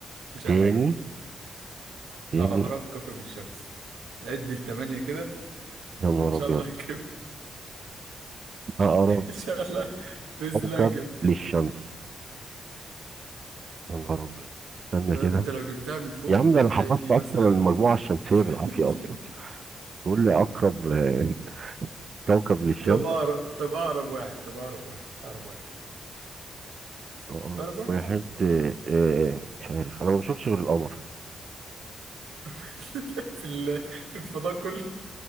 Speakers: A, on the right (about 85°); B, on the right (about 55°).
A: مش
B: تاني
A: اي حاجه
B: تاني
A: أقرب كوكب للشمس نعد لتمانية كده
B: يا نهار
A: وإن شاء
B: أبيض
A: الله هجيبها <laughs>
B: أقرب
A: إن شاء الله بإذن
B: كوكب
A: الله هجيبها
B: للشمس يا نهار أبيض استنى
A: فاهم
B: كده
A: أنت لو جبتها من فوق
B: يا عم ده
A: هتلاقي
B: أنا حفظت
A: فيه
B: أصلا
A: مثلا
B: المجموعة الشمسية بالعافية
A: <laughs>
B: أصلا تقول لي أقرب آه، كوكب للشمس
A: طب أقرب طب أقرب واحد طب أقرب واحد أقرب واحد
B: أقرب
A: أقرب واحد
B: واحد آه، آه، مش عارف أنا ما بشوفش غير القمر <laughs>
A: <laughs> في ال... في الفضاء كله